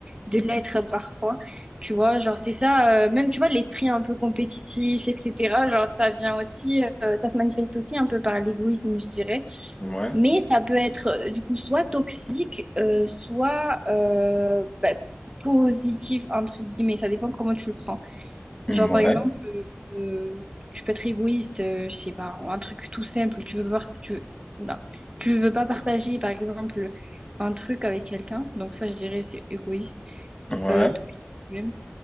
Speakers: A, on the right; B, on the left.
A: de l'être parfois. Tu vois, genre, c'est ça, euh, même, tu vois, l'esprit un peu compétitif, etc. Genre, ça vient aussi, euh, ça se manifeste aussi un peu par l'égoïsme, je dirais.
B: Ouais,
A: Mais ça peut être, euh, du coup, soit toxique, euh, soit euh, bah, positif, entre guillemets. Ça dépend comment tu le prends.
B: ouais,
A: Genre, par exemple, euh, tu peux être égoïste, euh, je sais pas, ou un truc tout simple. Tu veux pas, tu veux, oula. tu veux pas partager, par exemple, un truc avec quelqu'un. Donc ça, je dirais, c'est égoïste.
B: ouais,
A: Euh, toxique même.